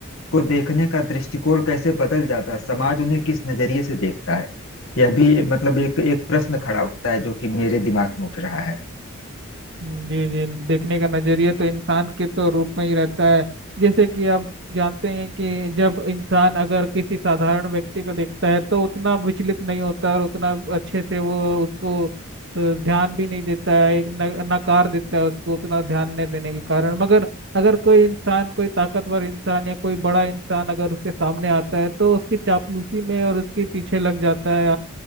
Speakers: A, on the left; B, on the right.
A: को देखने का दृष्टिकोण कैसे बदल जाता है समाज उन्हें किस नजरिए से देखता है यह भी मतलब एक एक प्रश्न खड़ा उठता है जो कि मेरे दिमाग में उठ रहा है
B: जी जी देखने का नजरिया तो इंसान के तो रूप में ही रहता है जैसे कि आप जानते हैं कि जब इंसान अगर किसी साधारण व्यक्ति को देखता है तो उतना विचलित नहीं होता और उतना अच्छे से वो उसको अ, ध्यान भी नहीं देता है एक न, नकार देता है उसको उतना ध्यान नहीं देने के कारण मगर अगर कोई इंसान कोई ताकतवर इंसान या कोई बड़ा इंसान अगर उसके सामने आता है तो उसकी चापलूसी में और उसके पीछे लग जाता है